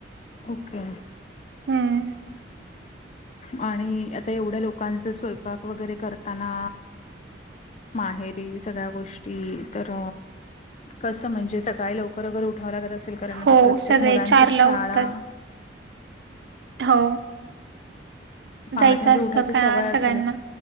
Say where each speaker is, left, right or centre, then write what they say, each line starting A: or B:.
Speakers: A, on the left (about 40°); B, on the right (about 70°).
A: ओके.
B: हम्म.
A: आणि आता एवढ्या लोकांचं स्वयंपाक वगैरे करताना माहेरी सगळ्या गोष्टी तर कसं म्हणजे सकाळी लवकर वगैरे उठावं लागत असेल कारण
B: हो
A: आता प्रत्येक
B: सगळे
A: मुलांची
B: चार
A: शाळा
B: ला उठतात हो
A: पहाट
B: जायचं
A: म्हणजे
B: असतं
A: उठायची
B: का
A: सवय
B: सगळ्यांना
A: असेलच.